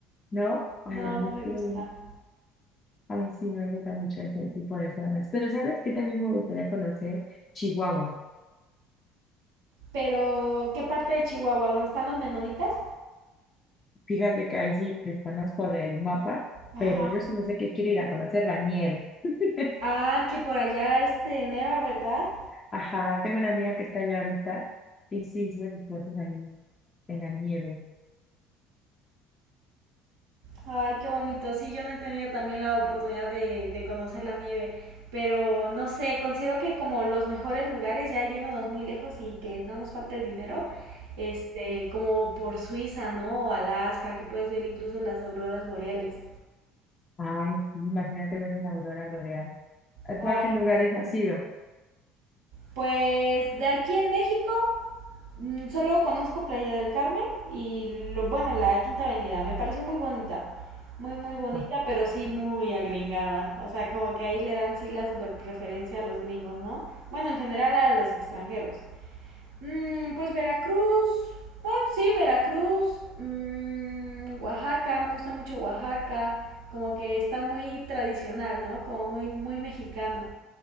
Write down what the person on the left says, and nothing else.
¿No? Ay,
a mí
sí.
Ay, sí, me gusta mucho ese tipo de zonas. Pero ¿sabes qué también me gustaría conocer? Chihuahua.
Fíjate que ahí sí desconozco del mapa,
pero yo solo sé que quiero ir a conocer la nieve. <laughs>
Ajá, tengo una amiga que está allá ahorita y sí, sube sus fotos ahí en la nieve.
Ay, sí, imagínate ver una aurora boreal. ¿A
¿Tú a qué lugares has ido?
Ah,